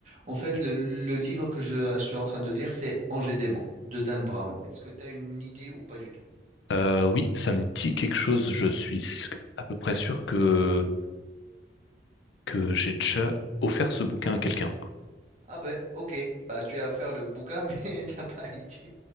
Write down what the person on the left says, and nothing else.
Euh, oui, ça me dit quelque chose. Je suis s- à peu près sûr que, que j'ai déjà offert ce bouquin à quelqu'un.